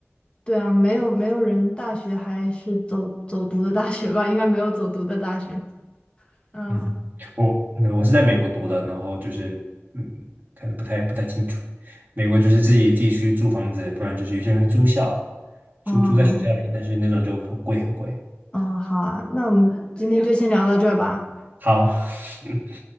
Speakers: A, on the left; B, on the right.
A: 对啊，没有没有人大学还是走走读的大学吧？应该没有走读的大学。嗯，
B: 嗯，我那我是在美国读的，然后就是嗯，可能不太不太清楚，美国就是自己自己去租房子，不然就是有些人会租校，租租在学校里，
A: 嗯
B: 但是那种就很贵很贵。
A: 嗯，好啊，那我们今天就先聊到这儿吧。
B: 好，<laughs>